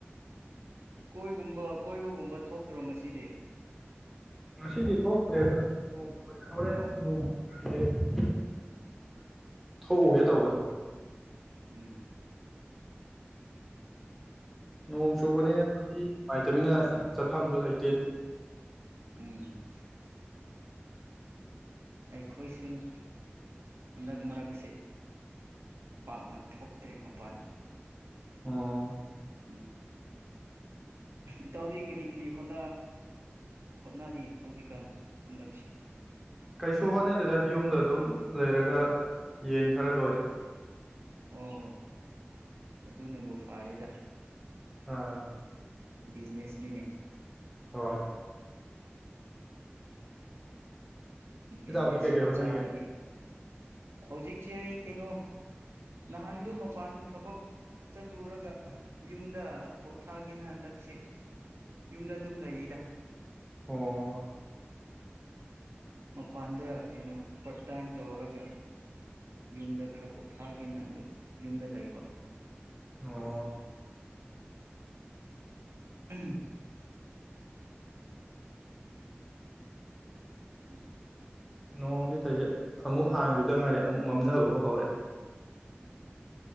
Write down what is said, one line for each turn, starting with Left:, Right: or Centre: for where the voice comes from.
Right: ꯀꯣꯏꯒꯨꯝꯕ ꯀꯣꯏꯕꯒꯨꯝꯕ ꯊꯣꯛꯇ꯭ꯔꯣ ꯉꯁꯤꯗꯤ
Centre: ꯉꯁꯤꯗꯤ ꯊꯣꯛꯇ꯭ꯔꯦꯗ ꯍꯣꯔꯦꯟ
Right: ꯑꯣ
Centre: ꯅꯣꯡ ꯉꯥꯏꯍꯥꯛ ꯊꯣꯛꯎꯒꯦ ꯇꯧꯕꯅꯤ
Right: ꯎꯝ
Centre: ꯅꯣꯡ ꯆꯨꯕꯅꯤꯅꯗꯤ ꯅꯨꯡꯉꯥꯏꯇꯃꯤꯅ ꯆꯠꯐꯝꯗꯨ ꯂꯩ
Right: ꯎꯝ ꯑꯩꯈꯣꯏꯁꯨꯅꯤ ꯍꯟꯗꯛ ꯃꯔꯛꯁꯤ ꯄꯥꯛꯅ ꯊꯣꯛꯇ꯭ꯔꯦ ꯃꯄꯥꯟ
Centre: ꯑꯣ
Right: ꯎꯝ ꯏꯇꯥꯎꯗꯤ ꯀꯔꯤ ꯀꯔꯤ ꯍꯣꯠ ꯍꯣꯠꯅꯔꯤ ꯍꯧꯖꯤꯛꯀꯥꯟ ꯍꯟꯗꯛꯁꯦ
Centre: ꯀꯩ ꯁꯣꯍꯅꯦ ꯂꯩꯗꯥ ꯍ ꯑꯣꯝꯗ ꯑꯗꯨꯝ ꯂꯩꯔꯒ ꯌꯦꯟ ꯈꯔ ꯂꯣꯏꯔꯤ
Right: ꯑꯣ ꯍꯣ ꯑꯗꯨꯅꯕꯨ ꯐꯔꯦꯗ
Centre: ꯑꯥ
Right: ꯕꯤꯅꯦꯁꯅꯤꯅꯦ
Centre: ꯍꯣꯏꯣꯏ
Right: ꯕꯤꯖꯤꯅꯦꯁ
Centre: ꯏꯇꯥꯎꯗꯤ ꯀꯩꯀꯩ
Right: ꯃꯆꯥꯗꯒꯤ
Centre: ꯍꯣꯠꯅꯔꯤꯒꯦ
Right: ꯍꯧꯖꯤꯛꯁꯦ ꯑꯩ ꯀꯩꯅꯣ ꯅꯍꯥꯟꯗꯣ ꯃꯄꯥꯟꯗ ꯊꯕꯛ ꯆꯠꯂꯨꯔꯒ ꯌꯨꯝꯗ ꯄꯣꯊꯥꯒꯦꯅ ꯍꯟꯗꯛꯁꯦ ꯌꯨꯝꯗ ꯑꯗꯨꯝ ꯂꯩꯌꯦꯗ
Centre: ꯑꯣ
Right: ꯃꯄꯥꯟꯗ ꯀꯩꯅꯣ ꯄꯥꯔꯠ ꯇꯥꯏꯝ ꯇꯧꯔꯒ ꯌꯨꯝꯗ ꯈꯔ ꯄꯣꯊꯥꯒꯦꯅ ꯑꯗꯨꯝ ꯌꯨꯝꯗ ꯂꯩꯕ
Centre: ꯑꯣ
Right: ꯎꯝ ꯎꯝ
Centre: ꯅꯣꯡꯁꯨ ꯊꯁꯦꯠ ꯑꯃꯨꯛ ꯍꯥꯡꯈꯤꯕ ꯑꯗꯨꯗꯉꯔꯦ ꯑꯃꯨꯛ ꯃꯝꯊꯕꯕꯨ ꯍꯧꯔꯦ